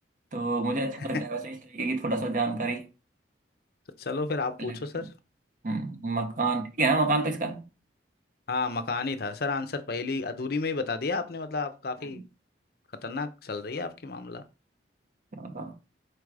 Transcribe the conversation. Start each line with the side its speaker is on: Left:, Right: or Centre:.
Right: तो मुझे अच्छा
Left: <laughs>
Right: लगता है वैसे इस तरीके की थोड़ा सा जानकारी
Left: तो चलो फिर आप
Right: कलेक्ट
Left: पूछो सर
Right: करना हम्म मकान ठीक है मकान तो इसका
Left: हाँ मकान ही था सर आंसर पहली अधूरी में ही बता दिया आपने मतलब आप काफी
Right: हम्म,
Left: खतरनाक चल रही है आपकी मामला
Right: चलो।